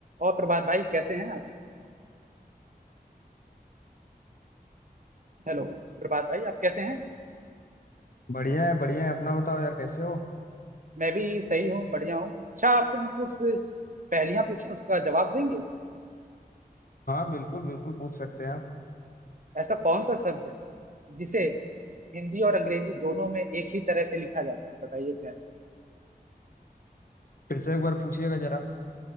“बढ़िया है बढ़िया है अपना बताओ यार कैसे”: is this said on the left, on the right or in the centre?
Left